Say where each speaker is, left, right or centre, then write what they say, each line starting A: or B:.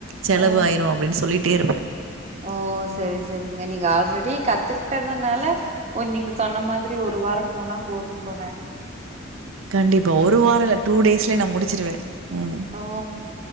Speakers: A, on the right; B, on the right.
A: செலவு
B: ஆ
A: ஆயிரு அப்டின் சொல்லிட்டே இருப்பே
B: ஓ செரி செரிங்க நீங்க ஆல்ரெடி கத்துக்கிட்டதுனால ஓ நீங்க சொன்ன மாதிரி ஒ ரு வாரோ போனா போது போல
A: கண்டிப்பா ஒரு வாரல்ல டூ டேஸ்லயே நா முடிச்சிருவே ம்
B: ஓ